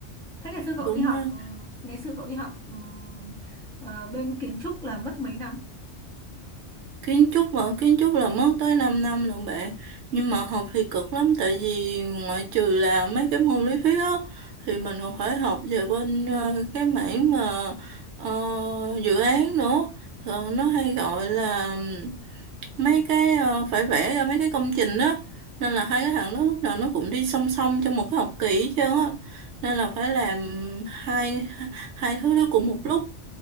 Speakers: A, in the centre; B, on the right.
A: thế ngày xưa cậu
B: đúng
A: đi học
B: ha.
A: ừ, ngày xưa cậu đi học ừ, ờ, bên kiến trúc là mất mấy năm
B: Kiến trúc mà kiến trúc là mất tới 5 năm lận bạn nhưng mà học thì cực lắm tại vì ngoại trừ là mấy cái môn lý thuyết á thì mình còn phải học về bên ờ, cái mảng mà ờ, dự án nữa Rồi nó hay gọi là mấy cái ờ, phải vẽ ra mấy cái công trình đó nên là hai cái thằng đó lúc nào nó cũng đi song song trong một cái học kỳ hết trơn á nên là phải làm hai hai thứ đó cùng một lúc